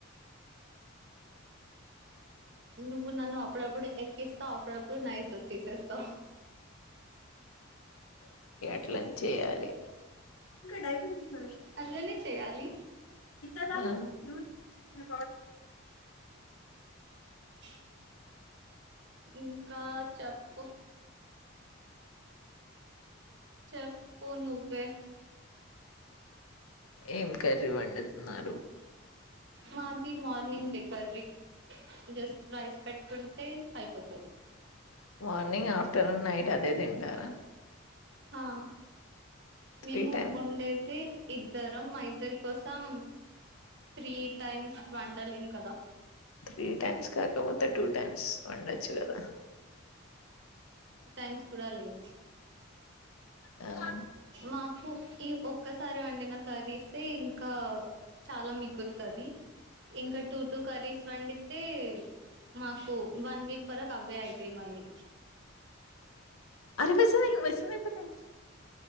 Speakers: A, on the right; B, on the left.
A: నుకు నన్న అప్పుడప్పుడు కిస్తతో అప్పుడుపుడు న తీసెస్తతో
B: అట్ల చేయాలి ఇకా డైబష
A: అట్లనే చేయాలి.
B: క మీ
A: <inaudible> ఇంకా చెప్పు చెప్ప నువ్వే
B: ఏం కర్రీ వండుతున్నారు
A: మాది morning the curry just rice పెట్టుకుంటే అయిపోతుంది
B: మార్నింగ్ ఆఫ్టర్నూన్ నైట్ అదే తింటార
A: హా
B: త్రీ
A: మేము
B: టైమ్
A: ఉండేది ఇద్దరం మా ఇద్దరి కోసం త్రీ టైమ్స్ వండలేం కదా
B: త్రీ టైమ్స్ కాకపోతే టూ టైమ్స్ వండొచ్చు గదా
A: టూ టైమ్స్ కూడా లేదు
B: ఆ
A: మాకు ఈ ఒక్కసారి వండిన కర్రీస్సే ఇంకా చాలా మిగులుతది ఇంకా టూ టూ కర్రీస్ వండితే మాకు వన్ వీక్ వరకు అవే అయితాయి మళ్ళి
B: అర వసమై వసమైపొనాయె